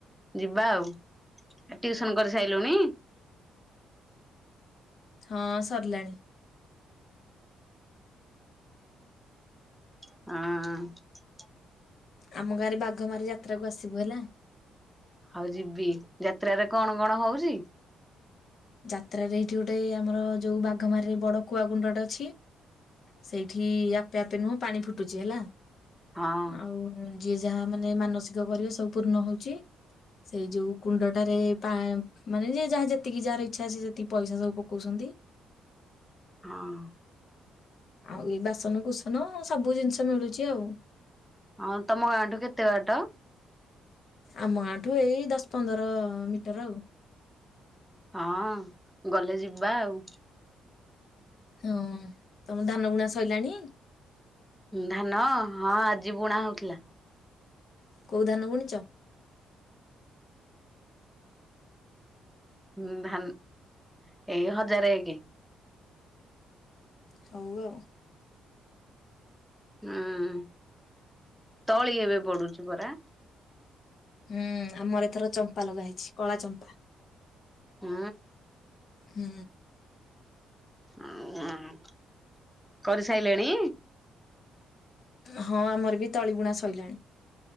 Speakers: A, in the centre; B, on the left.
A: ଯିବା ଆଉ ଟିଉସନ କରିସାରିଲୁଣି?
B: ହଁ ସରିଲାଣି।
A: ହଁ।
B: ଆମ ଗାଁରେ ବାଘମାରି ଯାତ୍ରାକୁ ଆସିବୁ ହେଲା।
A: ହଉ ଯିବି। ଯାତ୍ରାରେ କଣ କଣ ହଉଛି?
B: ଯାତ୍ରାରେ ଏଇଠି ଗୋଟେ ଆମର ଯୋଉ ବାଘମାରିରେ ବଡ କୁଆ କୁଣ୍ଡଟା ଅଛି। ସେଇଠି ଆପେ ଆପେ ନୁହଁ ପାଣି ଫୁଟୁଛି ହେଲା
A: ହଁ
B: ଆଉ ଯିଏ ଯାହା ମାନେ ମାନସିକ କରିବ ସବୁ ପୂର୍ଣ ହଉଛି। ସେଇ ଯୋଉ କୁଣ୍ଡଟାରେ ପା ମାନେ ଯେ ଯାହା ଯେତିକି ଯାହାର ଇ ଇଛା ଅଛି ଯେତିକି ପଇସା ସବୁ ପକଉଛନ୍ତି।
A: ହଁ।
B: ଆଉ ଏ ବାସନ କୁସନ ସବୁ ଜିନିଷ ମିଳୁଛି ଆଉ।
A: ହଁ ତମ ଗାଁଠୁ କେତେ ବାଟ?
B: ଆମ ଗାଁ ଠୁ ଏଇ ଦଶ ପନ୍ଦର ମିଟର ଆଉ।
A: ହଁ ଗଲେ ଯିବା ଆଉ।
B: ହଁ ତମ ଧାନ ବୁଣା ସଇଲାଣି?
A: ଧାନ ହଁ ଆଜି ବୁଣା ହଉଥିଲା।
B: କୋଉ ଧାନ ବୁଣିଛ?
A: ହୁଁ ଧାନ ଏଇ ହଜାରେ ଏକେ।
B: ହଉ ଆଉ।
A: ହୁଁ ତଳି ଏବେ ପଡୁଛି ପରା।
B: ହୁଁ ଆମର ଏଥର ଚମ୍ପା ଲଗା ହେଇଛି କଳା ଚମ୍ପା।
A: ହୁଁ।
B: ହୁଁ।
A: ଉଁ ଆଁ କରିସାଇଲେଣି?
B: ହଁ ଆମର ବି ତଳିବୁଣା ସଇଲାଣି।